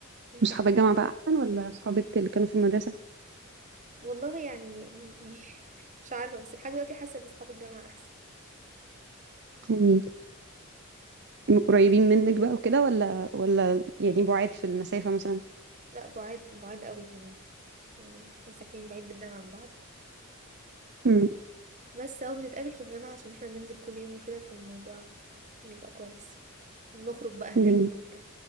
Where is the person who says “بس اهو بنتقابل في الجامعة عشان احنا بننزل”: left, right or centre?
Right